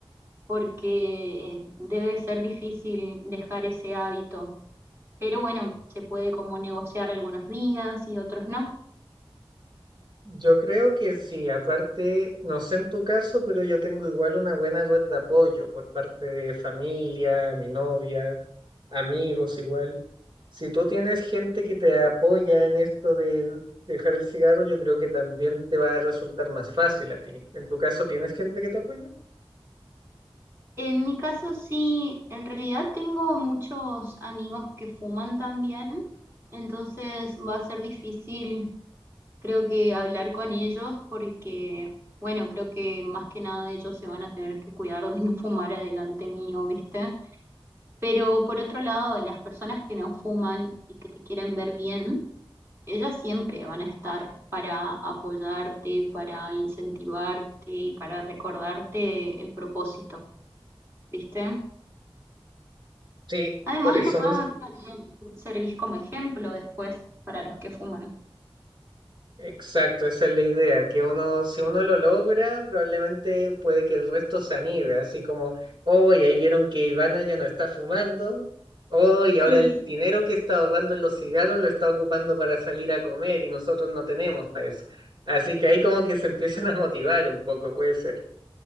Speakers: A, on the right (about 25°); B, on the right (about 55°).
A: Porque eh, debe ser difícil dejar ese hábito. Pero bueno, se puede como negociar algunos días y otros no.
B: Yo creo que sí, aparte, no sé en tu caso, pero yo tengo igual una buena red de apoyo por parte de familia, mi novia, amigos igual. Si tú tienes gente que te apoya en esto de dejar el cigarro, yo creo que también te va a resultar más fácil a ti. ¿En tu caso tienes gente que te apoya?
A: En mi caso sí, en realidad tengo muchos amigos que fuman también, entonces va a ser difícil creo que hablar con ellos porque, bueno, creo que más que nada ellos se van a tener que cuidar de no fumar adelante mío, ¿viste? Pero por otro lado, las personas que no fuman y que te quieren ver bien, ellas siempre van a estar para apoyarte, para incentivarte y para recordarte el propósito, ¿viste?
B: Sí,
A: Además,
B: por eso
A: capaz
B: mismo.
A: también servís como ejemplo después para los que fuman.
B: Exacto, esa es la idea, que uno, si uno lo logra, probablemente puede que el resto se anime, así como, hoy ahí vieron que Ivana ya no está fumando, hoy ahora
A: Ujú.
B: el dinero que está ahorrando en los cigarros lo está ocupando para salir a comer y nosotros no tenemos para eso. Así que ahí como que se empiezan a motivar un poco, puede ser.